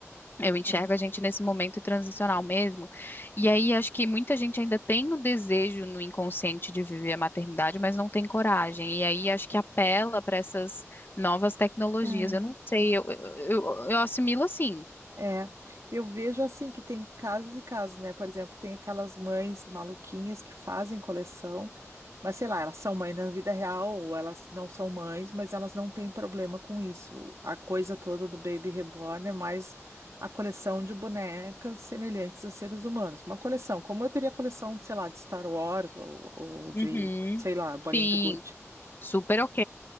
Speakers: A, on the left; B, on the right.
A: eu enxergo
B: aham,
A: a gente nesse momento transicional mesmo. E aí acho que muita gente ainda tem o desejo no inconsciente de viver a maternidade, mas não tem coragem. E aí acho que apela para essas novas tecnologias.
B: é.
A: Eu não sei, eu, eu, eu- eu assimilo assim.
B: É, eu vejo assim que tem casos e casos, né? Por exemplo, tem aquelas mães maluquinhas que fazem coleção Mas sei lá, elas são mães na vida real ou elas não são mães, mas elas não têm problema com isso. A coisa toda do Baby Reborn é mais a coleção de bonecas semelhantes a seres humanos. Uma coleção, como eu teria coleção, sei lá, de Star Wars ou, ou de,
A: Uhum.
B: sei lá, bolinha
A: Sim,
B: de gude.
A: super ok.